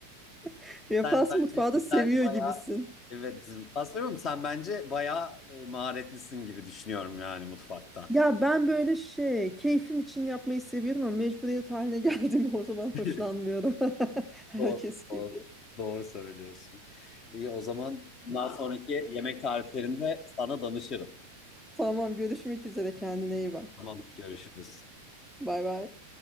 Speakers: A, in the centre; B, on the left.
A: <laughs> yaparsın
B: Sen bence
A: mutfağı
B: güzel
A: da seviyor gibisin
B: bayağı evet mutfağı söylüyorum. Sen bence bayağı e, maharetlisin gibi düşünüyorum yani mutfakta.
A: ya ben böyle şey keyfim için yapmayı seviyorum ama mecburiyet haline geldim <laughs> o zaman hoşlanmıyorum
B: <laughs>
A: <laughs> herkes
B: Doğru,
A: gibi
B: doğru. Doğru söylüyorsun. İyi o zaman bundan sonraki yemek tariflerinde sana danışırım.
A: tamam görüşmek üzere kendine iyi bak
B: Tamam görüşürüz.
A: bay bay